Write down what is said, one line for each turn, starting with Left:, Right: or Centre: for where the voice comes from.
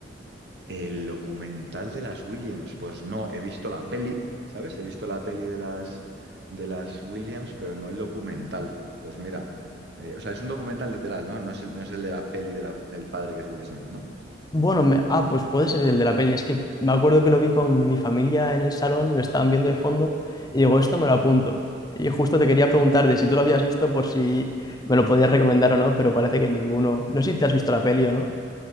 Right: El documental de las Williams, pues no, he visto la peli, ¿sabes? He visto la peli de las, de las Williams, pero no el documental. Pues mira, eh, o sea, es un documental literal, ¿no? No es el, no es el de la peli de la- del padre que es Will Smith, ¿no?
Left: Bueno, me- ah, pues puede ser el de la peli. Es que me acuerdo que lo vi con mi familia en el salón, lo estaban viendo de fondo y digo, esto me lo apunto. Y justo te quería preguntar de si tú lo habías visto por si me lo podías recomendar o no, pero parece que ninguno. No sé si te has visto la peli o no.